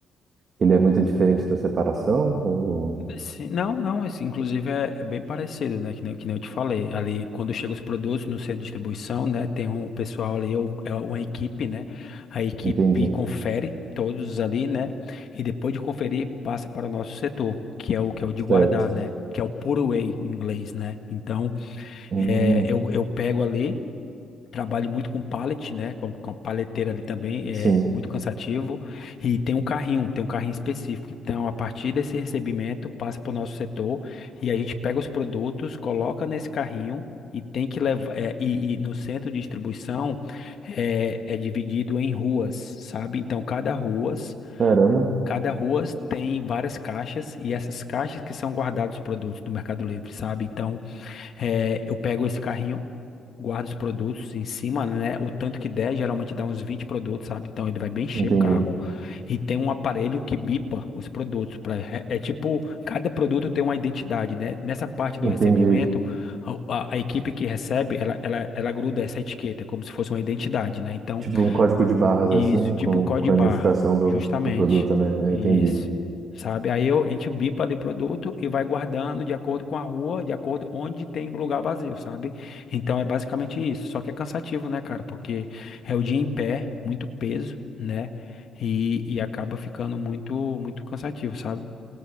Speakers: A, on the right; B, on the left.
A: Ele é muito diferente da separação? Ou...
B: Sim, não, não, assim, inclusive é, é bem parecido, né? Que nem, que nem eu te falei. Ali, quando chegam os produtos no centro de distribuição, né? Tem um pessoal ali, é é uma equipe, né? A equipe
A: Entendi.
B: confere todos ali, né? E depois de conferir, passa para o nosso setor, que é o que é o de guardar,
A: Certo.
B: né? Que é o put away em inglês, né? Então,
A: Hum,
B: é, eu, eu pego ali. Trabalho muito com pallet, né? Com, com a paleteira ali também, é
A: sim.
B: muito cansativo. E tem um carrinho, tem um carrinho específico. Então, a partir desse recebimento, passa para o nosso setor e a gente pega os produtos, coloca nesse carrinho e tem que levar. é, e, e no centro de distribuição é, é dividido em ruas, sabe? Então, cada ruas,
A: Caramba.
B: cada ruas tem várias caixas e essas caixas que são guardados os produtos do Mercado Livre, sabe? Então, é, eu pego esse carrinho, guardo os produtos em cima, né? O tanto que der, geralmente dá uns 20 produtos, sabe? Então ele vai bem cheio
A: Entendi.
B: o carro e tem um aparelho que bipa os produtos. Pra, é, é tipo, cada produto tem uma identidade, né? Nessa parte do
A: Entendi.
B: recebimento, a, a- a equipe que recebe, ela, ela, ela gruda essa etiqueta, como se fosse uma identidade, né? Então
A: Tipo um código de barras
B: isso,
A: assim,
B: tipo
A: com,
B: um código
A: com a
B: barra,
A: identificação do,
B: justamente.
A: do produto, né? Eu
B: Isso.
A: entendi.
B: Sabe? Aí eu, a gente bipa ali o produto e vai guardando de acordo com a rua, de acordo onde tem lugar vazio, sabe? Então é basicamente isso. Só que é cansativo, né, cara? Porque é o dia em pé, muito peso, né? E, e acaba ficando muito, muito cansativo, sabe?